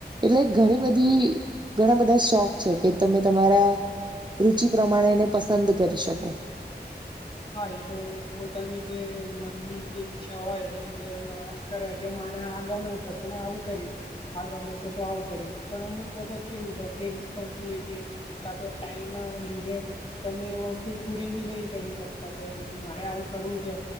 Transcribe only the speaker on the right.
એટલે ઘણી બધી ઘણા બધા શોખ છે, કે તમે તમારા રુચિ પ્રમાણે એને પસંદ કરી શકો <inaudible>